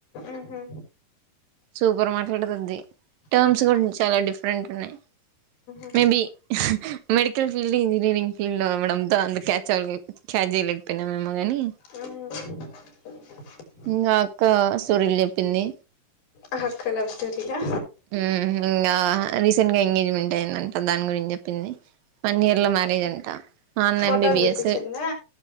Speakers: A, on the left (about 85°); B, on the right (about 80°).
A: ఉహు
B: సూపర్ మాట్లాడతాది టర్మ్స్
A: ఉహు
B: కూడా చాలా డిఫరెంట్ వున్నాయ్
A: ఉహు
B: మేబీ హ మెడికల్ ఫీల్డ్ ఇంజనీరింగ్ ఫీల్డ్ అవడంతో అందుకే క్యాచ్ అవ్వలే క్యాచ్ జేయలేకపోయినా ఏమో కానీ
A: అహ
B: ఇంగ అక్క స్టోరీలు చెప్పింది
A: ఆ అక్క లవ్ స్టోరిలా
B: ఊ ఇంగా రీసెంట్గా ఎంగేజ్మెంట్ అయిందంట దాని గురించి జెప్పింది వన్ ఇయర్లో మ్యారేజ్ అంటా ఆ అన్న
A: ఫోటోలు
B: ఎంబిబిఎస్
A: చూపించిందా